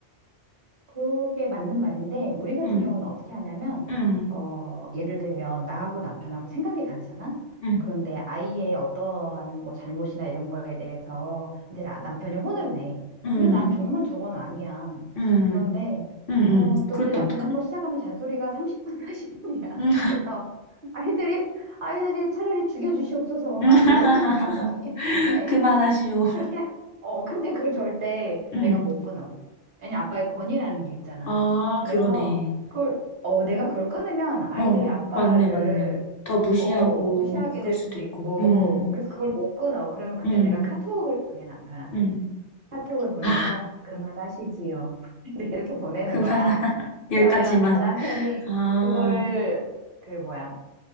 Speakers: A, on the right; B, on the left.
A: 그게 맞는 말인데, 우리 같은
B: 응,
A: 경우는 어떻게 하냐면,
B: 응,
A: 어, 예를 들면, 나하고 남편하고 생각이 다르잖아?
B: 응,
A: 그런데 아이의 어떠한 뭐 잘못이나 이런 거에 대해서 이제 아- 남편이 혼을 내.
B: 응,
A: 근데 난 정말 저건 아니야.
B: 응,
A: 그런데,
B: 응,
A: 어,
B: 응.
A: 또
B: 그럴
A: 우리
B: 때
A: 남편
B: 어떡해?
A: 한 번 시작하면 잔소리가 30분, 사0분이야
B: 응,
A: <laughs> 그래서 아이들이, 아이들이 차라리 죽여주시옵소서
B: <laughs>
A: 막 이러거든, 표정이.
B: 응.
A: 근데,
B: 그만하시오.
A: 그렇게, 하- 어, 근데 그걸 절대
B: 응.
A: 내가 못 끊어. 왜냐, 아빠의 권위라는 게 있잖아.
B: 아,
A: 그래서
B: 그러네.
A: 그걸, 어, 내가 그걸 끊으면 아이들이
B: 어,
A: 아빠를,
B: 맞네, 맞네. 더 무시하고,
A: 어, 무시하게
B: 그럴
A: 될
B: 수도
A: 수도
B: 있고.
A: 있고,
B: 음,
A: 그래서 그걸 못 끊어. 그러면 그때
B: 음,
A: 내가 카톡을 보내, 남편한테.
B: 음.
A: 카톡을 보내서
B: 아,
A: 그만하시지요. <laughs> 이제 이렇게 보내는
B: 그만.
A: 거야.
B: <laughs> 여기까지만.
A: 그러면 아, 남편이
B: 아,
A: 그거를, 그 뭐야,